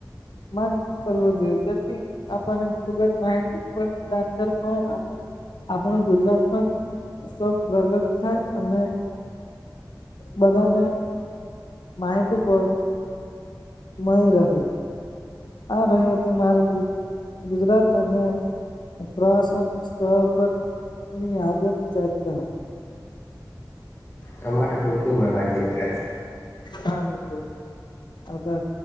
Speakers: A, on the left; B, on the left.
A: માન કરવો જોઈયે જેથી આપણને ખુબ જ માહિતી પણ <unintelligible> આપણે ગુજરાત પણ સ પ્રગટ થાય અને, બધાને માહિતી <unintelligible> મળી રહે. આ રહી હતી મારે ગુજ, ગુજરાત અને પ્રવાસન સ્થળ પર ની યાદોની ચર્ચા.
B: તમારે ખૂબ આભાર મિત્ર.
A: હા મિત્ર, આભાર.